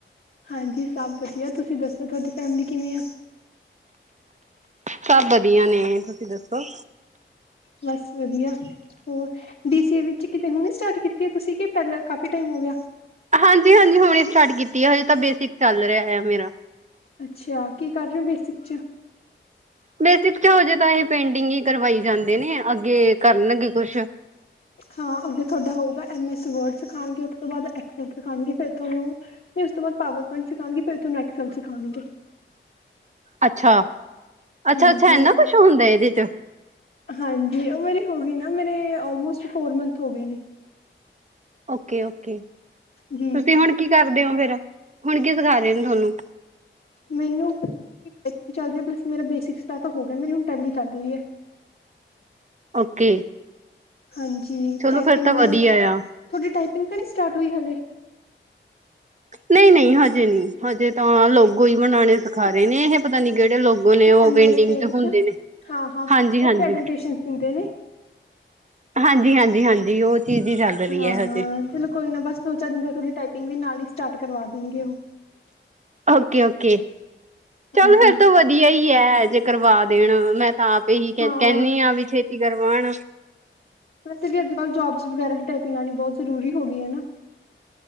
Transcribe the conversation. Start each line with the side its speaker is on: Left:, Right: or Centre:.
Left: ਹਾਂਜੀ, ਸਭ ਵਧੀਆ। ਤੁਸੀਂ ਦੱਸੋ, ਤੁਹਾਡੀ ਫੈਮਿਲੀ ਕਿਵੇਂ ਆ?
Right: ਸਭ ਵਧੀਆ ਨੇ। ਤੁਸੀਂ ਦੱਸੋ?
Left: ਬਸ ਵਧੀਆ ਹੋਰ, ਡੀ ਸੀ ਏ ਵਿਚ ਕਿਤੇ ਹੁਣੇ ਸਟਾਰਟ ਕੀਤੀ ਹੈ ਤੁਸੀਂ, ਕੇ ਪਹਿਲਾਂ, ਕਾਫ਼ੀ ਟਾਈਮ ਹੋ ਗਿਆ?
Right: ਹਾਂਜੀ ਹਾਂਜੀ, ਹੁਣੇ ਸਟਾਰਟ ਕੀਤੀ ਹੈ। ਹਜੇ ਤਾਂ ਬੇਸਿਕ ਹੀ ਚੱਲ ਰਿਹਾ ਹੈ ਮੇਰਾ।
Left: ਅੱਛਾ ਕੀ ਕਰ ਰਹੇ ਹੋ ਬੇਸਿਕ ਚ
Right: ਬੇਸਿਕ 'ਚ ਹਜੇ ਤਾਂ ਏ ਪੇਂਟਿੰਗ ਹੀ ਕਰਵਾਈ ਜਾਂਦੇ ਨੇ, ਅੱਗੇ ਕਰਨਗੇ ਕੁਝ
Left: ਹਾਂ, ਅੱਗੇ ਤੁਹਾਡਾ ਹੋਊਗਾ, ਐਮ ਐਸ ਵਰਡ ਸਿਖਾਉਣਗੇ। ਉਹ ਤੋਂ ਬਾਅਦ ਐਕਸ ਐਲ ਸਿਖਾਉਣਗੇ, ਫਿਰ ਤੁਹਾਨੂੰ ਫਿਰ ਉਸ ਤੋਂ ਬਾਅਦ ਪਾਵਰ ਪੁਆਇੰਟ ਸਿਖਾਾਂਗੇ, ਫਿਰ ਤੁਹਾਨੂੰ ਐਕਸ ਐਲ ਸਿਖਾਉਣਗੇ
Right: ਅੱਛਾ ਅੱਛਾ
Left: ਹਾਂਜੀ।
Right: ਅੱਛਾ, ਇੰਨਾ ਕੁਝ ਹੁੰਦਾ ਇਹਦੇ 'ਚ?
Left: ਹਾਂਜੀ, ਔ ਮੇਰੀ ਹੋ ਗਈ ਨਾ, ਮੇਰੇ ਆਲਮੋਸਟ ਫੋਰ ਮੰਥ ਹੋ ਗਏ ਨੇ।
Right: Okay okay. ਤੁਸੀਂ
Left: ਜੀ
Right: ਹੁਣ ਕੀ ਕਰਦੇ ਔ ਫੇਰ, ਹੁਣ ਕੀ ਸਿਖਾ ਰਹੇ ਨ ਤੁਹਾਨੂੰ
Left: ਮੈਨੂੰ ਚੱਲ ਰਹਿਆ ਪਲੱਸ ਮੇਰਾ ਬੇਸਿਕ ਦਾ ਤਾਂ ਹੋ ਗਯਾ, ਮੇਰੀ ਹੁਣ ਟੈਲੀ ਚੱਲ ਰਹੀ ਐ
Right: ਓਕੇ
Left: ਹਾਂਜੀ
Right: ਚਲੋ
Left: ਟਾਈਪਿੰਗ
Right: ਫੇਰ ਤਾਂ
Left: ਦਾ,
Right: ਵਧੀਆ ਆ।
Left: ਤੁਹਾਡੀ ਟਾਈਪਿੰਗ ਤਾਂ ਨਹੀਂ ਸਟਾਰਟ ਹੋਈ ਹਾਲੇ
Right: ਨਹੀਂ ਨਹੀਂ ਹਜੇ ਨਹੀਂ, ਹਜੇ ਤਾਂ ਲੋਗੋ ਹੀ ਬਣਾਉਣੇ ਸਿਖਾ ਰਹੇ ਨੇ ਇਹ ਪਤਾ ਨੀ ਕੇਹੜੇ ਲੋਗੋ ਨੇ ਉਹ
Left: ਐਮ
Right: ਪੇਂਟਿੰਗ
Left: ਐਸ ਪੇਂਟ
Right: ਤੇ ਹੁੰਦੇ
Left: ਚ
Right: ਨੇ
Left: ਹਾਂ ਹਾਂ
Right: ਹਾਂਜੀ
Left: ਉਹ
Right: ਹਾਂਜੀ
Left: ਪ੍ਰੈਜੈਂਟੇਸ਼ਨ ਦਿੰਦੇ ਨੇ
Right: ਹਾਂਜੀ ਹਾਂਜੀ ਹਾਂਜੀ ਉਹ ਤੀਜੀ ਚੱਲ ਰਹੀ
Left: ਹਾਂ ਹਾਂ,
Right: ਹੈ ਹਜੇ
Left: ਚਲੋ ਕੋਈ ਨਾ। ਬਸ ਦੋ-ਚਾਰ ਦਿਨਾਂ ਤੱਕ ਟਾਈਪਿੰਗ ਵੀ ਨਾਲ ਹੀ ਸਟਾਰਟ ਕਰਵਾ ਦੇਣਗੇ ਉਹ।
Right: ਓਕੇ ਓਕੇ,
Left: ਹਾਂਜੀ
Right: ਚੱਲ ਫਿਰ ਤਾਂ ਵਧੀਆ ਹੀ ਹੈ। ਜੇ ਕਰਵਾ ਦੇਣ, ਮੈਂ ਤਾਂ ਆਪ ਹੀ ਕਹਿੰਨੀ
Left: ਹਾਂ
Right: ਆਂ, ਵੀ ਛੇਤੀ ਕਰਵਾਉਣ।
Left: ਵੈਸੇ ਵੀ ਅੱਜਕੱਲ੍ਹ ਜੌਬਸ ਵਗੈਰਾ ਲਈ ਟਾਈਪਿੰਗ ਆਉਣੀ ਬਹੁਤ ਜ਼ਰੂਰੀ ਹੋ ਗਈ ਹੈ ਨਾ।